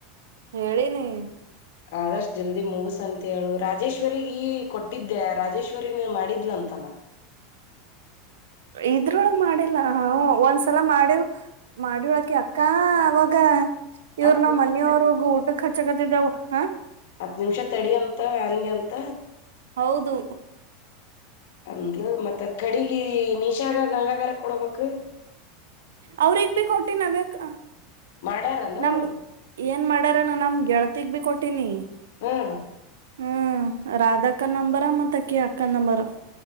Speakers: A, on the right (about 90°); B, on the left (about 70°).
A: ಹೇಳನಿ
B: ಆದಷ್ಟ್ ಜಲ್ದಿ ಮುಗಸ ಅಂತ ಹೇಳು ರಾಜೇಶ್ವರಿಗ ಕೊಟ್ಟಿದ್ದೆ ರಾಜೇಶ್ವರಿ ನೀ ಮಾಡಿದ್ಲಂತಲ್ಲ
A: ಇದ್ರೋಳು ಮಾಡಿಲ್ಲ ಒಂದ್ಸಲ ಮಾಡ್ಯಿವ್ ಮಾಡ್ಯವಳಕಿ ಅಕ್ಕ ಅವಾಗ
B: ಹತ್ತು
A: ಇವ್ರ ನಮ್ಮ್
B: ನಿಮಿಷ
A: ಮನಿಯವ್ರೋಗ ಊಟಕ್ಕೆ ಹಚ್ಚಕತಿದಾವ ಹ
B: ಹತ್ ನಿಮಷ ತಡಿ ಅಂತ ಹಂದಿ ಅಂತ
A: ಹೌದು
B: ಅಂದ್ ಮತ್ತ ಕಡಗಿ ನೀಶಾಗ ಗಂಗಾಾಗರ ಕೊಡಬೇಕು
A: ಅವ್ರಿಗ್ ಭ ಕೊಟ್ಟಿ ನಾವ್ಯಾಕ್
B: ಮಾಡ್ಯಾರನ್ನ
A: ನಮ
B: ಅವ್ರು
A: ಏನ್ ಮಾಡ್ಯಾರ ನ ನಮ ಗೆಳದ ತಗ ಬಿ ಕೊಟ್ಟೀ ನೀ
B: ಹಾ
A: ಹ್ಮ ರಾಧಾಕ್ಕ ನಂಬರ ಮತ್ತ ಅಕ್ಕಿ ಅಕ್ಕನ್ ನಂಬರ